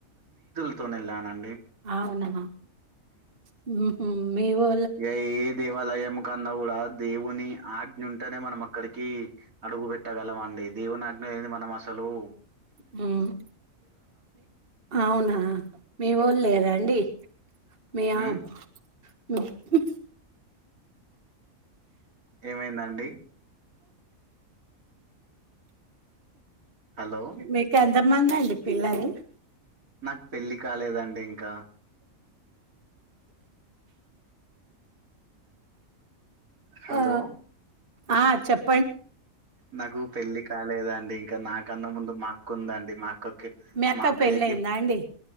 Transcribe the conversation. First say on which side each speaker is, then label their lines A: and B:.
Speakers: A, on the right; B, on the right.
A: తో నెళ్ళానం
B: అవునా <unintelligible> మీవో
A: ఏ ఏ దేవాలయం కా న్నా గూడా దేవుని ఆజ్ఞుంటేనే మనం అక్కడికి అడుగు పెట్టగలం అండి దేవునాజ్ఞ లేంది మనమసలు
B: <unintelligible> అవునా మీ వోళ్ లేదండి మియామ్
A: ఉమ్
B: <unintelligible>
A: ఏమైందండి హలో
B: మీ క తమందండి పిల్లలు
A: నాకు పెళ్లి కాలేదండి ఇంక హలో
B: ఆ ఆ చెప్
A: నాకు పెళ్ళి కాలేదండి ఇక నాకన్న ముందు మా అక్కుందండి మా అక్కకి
B: మీ అక్క
A: మా అక్కయ్యకి
B: పెళ్ళయిందా అండి